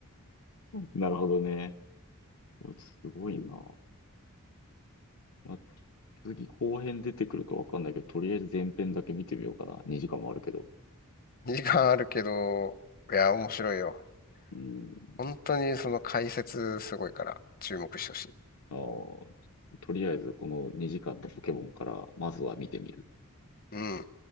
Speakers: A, on the left; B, on the left.
A: ー、なるほどね。おすごいな。まあ、次後編出てくるかわかんないけど、とりあえず前編だけ見てみようかな。2時間もあるけど。
B: 2時間あるけど、いや、面白いよ。
A: うん。
B: 本当にその解説すごいから注目してほしい。
A: あーとりあえずこの2時間のポケモンから、まずは見てみる。
B: うん。